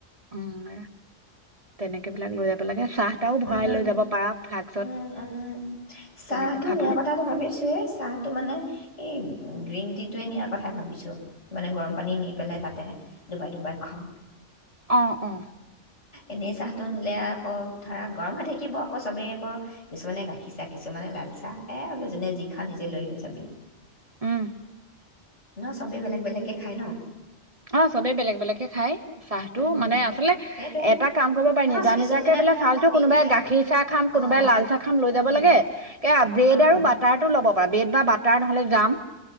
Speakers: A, on the right; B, on the left.
A: উম তেনেকে বিলাক লৈ যাব লাগে চাহ তাহও ভৰাই
B: উ
A: লৈ যাব পাৰা ফ্লাক্সত
B: উ উ চাহটো
A: তেনেকে খাবলৈ
B: নিয়াৰ কথাটো ভাবিছোয়ে চাহটো মানে এই গ্ৰীণ টি টোৱে নিয়াৰ কথা ভাব ভাবিছোঁ মানে গৰম পানী নি পেলাই তাতে ডুবাই ডুবাই খাম
A: অ অ
B: এনেই চাহটো নিলে আকৌ ধৰা গৰম হৈ থাকিব আকৌ চবেই আকৌ কিছুমানে গাখীৰ চাহ কিছুমানে লাল চাহ এ বোলো যোনে যি খা নিজে লৈ লৈ যাবি
A: উম
B: ন চবেই বেলেগ বেলেগে খায় ন
A: অ চবে বেলেগ বেলেগে খায় চাহটো
B: উম,
A: মানে আচলতে
B: সেইটোৱে
A: এটা কাম কৰিব পাৰি
B: নহয়
A: নিজা
B: কিছুমানে
A: নিজাকে বোলে
B: ধৰা
A: চাহটো
B: কফি
A: কোনোবাই
B: খায়
A: গাখীৰ চাহ খাম কোনোবাই
B: অঁ
A: লাল চাহ খাম লৈ যাব
B: অঁ
A: লাগে কে ব্ৰেড
B: অঁ
A: আৰু বাটাৰটো ল ব্ৰেড বা বাটাৰ নহলে দাম